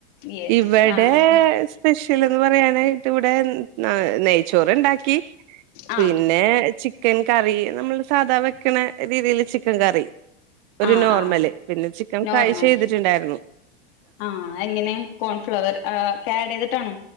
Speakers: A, on the left (about 60°); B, on the right (about 50°).
A: യെസ്
B: ഇവിടെ-
A: ആഹ്
B: സ്പെഷ്യൽ എന്ന് പറയനായിട്ട് ഇവിടെ നെയ്യ് - ചോറ് ഇണ്ടാക്കി
A: ആഹ്
B: പിന്നെ ചിക്കൻ കറി നമ്മള് - സാധാ വെക്കണ രീതില് ചിക്കൻ കറി ഒരു
A: ആഹ്
B: നോർമല്
A: ആഹ്
B: പിന്നെ ചിക്കൻ
A: നോർമൽ
B: ഫ്രൈ ചെയ്തിട്ടുണ്ടായിരുന്നു
A: ആഹ് എങ്ങനെ കോൺഫ്ലവർ ആഡ് ചെയ്തിട്ടാണ്